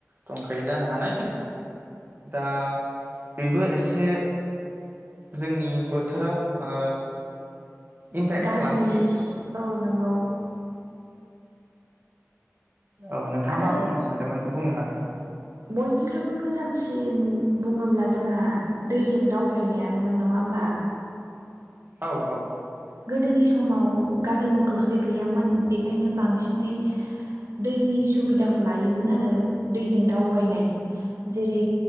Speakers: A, on the right; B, on the right.
A: दंखायो जानो हानाय दा बेबो एसे जोंनि बोथोराव ओ इमफेक्ट
B: गाज्रि
A: खालामहोयो।
B: औ नंगौ।
A: औ नोंथाङा
B: आरो
A: मा बुंनो सानदोंमोन बुंनो हागोन।
B: बयनिख्रुइबो गोजामसिन बुङोब्ला जोंहा दैजों दावबायनायानोमोन नङा होन बा।
A: औ औ।
B: गोदोनि समाव गारि मथर जे गैयामोन बेखायनो बांसिनै दैनि सुबिदाखौ लायोमोन आरो दैजों दावबायनाय जेरै